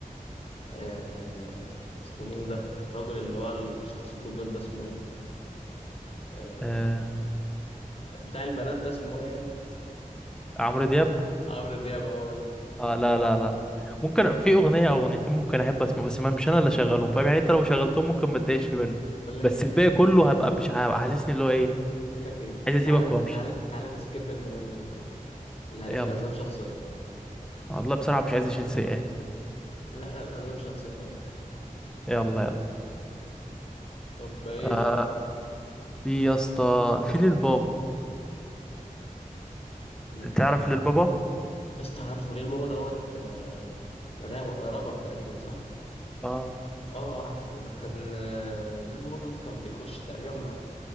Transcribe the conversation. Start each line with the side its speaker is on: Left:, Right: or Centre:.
Left: آه اسمه مين ده الراجل اللي هو ال- شخصيته بيض ده اسمه ايه آه
Centre: آه
Left: بتاع البنات ده اسمه ايه يعني
Centre: عمرو دياب
Left: عمرو دياب هو ده
Centre: اه لا لا لا ممكن في اغنيه او اغنيتين ممكن احب اسمع بس ما مش انا اللي اشغلهم فاهم يعني انت لو شغلتهم ممكن ما اتضايقش منه
Left: بقول لك
Centre: بس
Left: ايه
Centre: الباقي
Left: بال-
Centre: كله هبقى مش هبقى حاسسني اللي هو ايه
Left: بقول لك ايه تعال
Centre: عايز اسيبك وامشي
Left: تعال تعال نسكيب المغني ده طيب لا عليك
Centre: يلا
Left: الاسباب شخصيه
Centre: والله بصراحه مش عايز اشيل سيئات
Left: لا لا الاسباب شخصيه تانية
Centre: يلا يلا
Left: طب ايه
Centre: آه
Left: طيب
Centre: في يا اسطى
Left: في مين تاني
Centre: في للبابا
Left: مين البابا
Centre: تعرف للبابا
Left: يا اسطى عارفه ليه البابا دوت آه، راب- رابر تقريبا صح
Centre: اه
Left: اه اه عارفه ده كان آه، ده البابا دوت كان بيخش تقريبا مع